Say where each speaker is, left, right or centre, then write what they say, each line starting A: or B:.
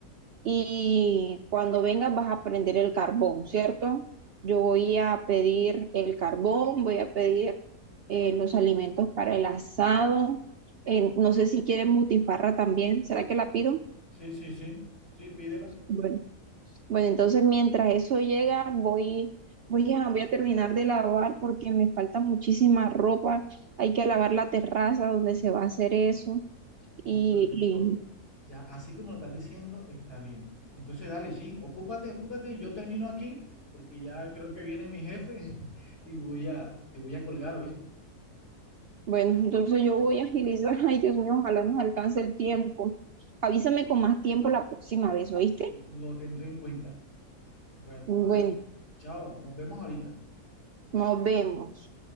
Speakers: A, on the right; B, on the left.
A: y cuando vengas vas a prender el carbón, ¿cierto? Yo voy a pedir el carbón, voy a pedir eh, los alimentos para el asado. eh, no sé si quieren butifarra también, ¿será que la pido?
B: Sí, sí, sí, sí, pídela.
A: Bueno, Bueno, entonces mientras eso llega, voy, voy a, voy a terminar de lavar porque me falta muchísima ropa. Hay que lavar la terraza donde se va a hacer eso.
B: No,
A: Y
B: perfecto. Ya, así como lo estás diciendo, está bien. Entonces, dale, sí, ocúpate, ocúpate y yo termino aquí, porque ya creo que viene mi jefe <laughs> y voy a, te voy a colgar, ¿oíste?
A: Bueno, entonces yo voy a agilizar. <laughs> Ay, Dios mío, ojalá nos alcance el tiempo. Avísame con más tiempo la próxima vez, ¿oíste?
B: Lo tendré en cuenta. Bueno,
A: Bueno,
B: ahora sí. Chao, nos vemos ahorita.
A: nos vemos.